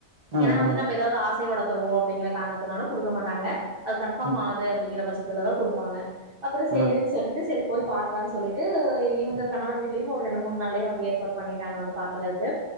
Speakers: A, on the right; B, on the right.
A: ம் ம்
B: ஏன்னா வந்து நம்ம ஏதாவது ஆச ஆசைய வளர்த்தருவோ அப்படிங்கிற காரணத்தினால குடுக்க மாட்டாங்க அது கன்பார்ம்
A: ம்
B: ஆது அப்படிங்கிற பச்ச அதுல தா குடுப்பாங்க அப்புறோ சேரின்னு
A: ம்
B: சொல்லிட்டு சேரி போய் பாக்கலான்னு சொல்லிட்டு இவங்ககணவர் வீட்லயு ஒரு ரெண்டு மூணு நாள்ளேயே வந்து ஏற்பாடு பண்ணிட்டாங்க வந்து பாக்குறதுக்கு